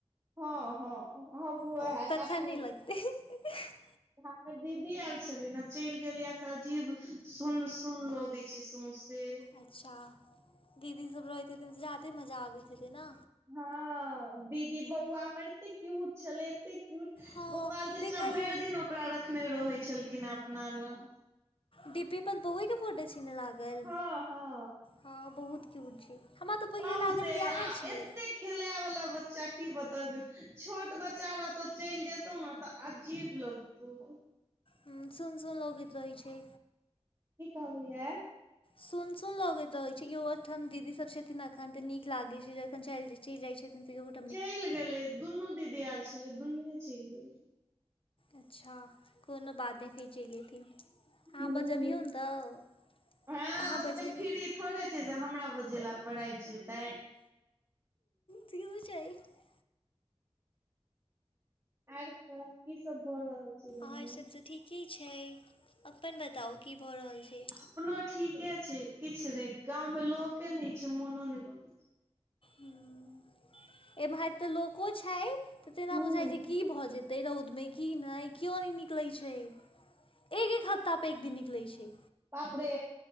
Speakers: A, on the right; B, on the left.
A: हँ हँ <unintelligible>
B: हँ तखन
A: काथू
B: <inaudible>
A: हमर दीदी आयल छलै ने चलि गेलियै से अजीब सुन सुन लगैत छै सौंसे
B: अच्छा दीदी सब रहैत हेथिन त जादे मजा आबैत हेतै ने
A: हँ दीदी बौआ हमर एते क्यूट छलै एते क्यूट
B: हँ
A: गोपाल चाचा
B: देखलियै
A: भरि दिन ओकरा रखने रहै छलखिन हे अपना लग
B: डीपी पर फौज के फोटो छी न लागल
A: हँ हँ
B: हँ बहुत क्यूट छै हमरा तऽ पहिले
A: बहुते
B: लागल कि
A: आ
B: अहाँ छीऐ
A: एते खेले वाल्ला बच्चा की बतबियो छोट बच्चा र तो चलि जेतौ ने तऽ अजीब लगतो तऽ
B: हुॅ सुन सुन लोगैत रहोैत छै
A: की कहलियै
B: सुन सुून लगैत रहै छै ईहोठाम दीदी सब छथिन त अखन तऽ नीक लागैत छै जखन चलि चलि जाइ छथिन तऽहो
A: चलि गेलै दुनू दीदी आयल छलै दुनूए चलि गेलै
B: अच्छा कोनो बात नहि फेर चलि अयथिन अहाँ
A: हूँ
B: बजबियौ ने तऽ
A: हँ
B: अहाँ
A: ओते
B: बजेबी
A: फ्री थोड़े छै से हमरा बजे लए प आइब जेतै
B: <unintelligible>
A: आर कह की सब भऽ रहल छै गाँव
B: आर
A: मे
B: सब तऽ ठीके छै अपन बताउ की भऽ रहल छै
A: अपनो ठीके छै किछु नहि गाँंव मे लोके नहि छै मनो नहि लगैत छै
B: ह एमर तऽ लोको छै तऽ तेना
A: हूँ
B: बुझाइ छै‌कि की भऽ जेतै रौद में की न क्यो नय निकलै छै एक एक हफ्ता पे एक दिन निकलै छै
A: बापड़े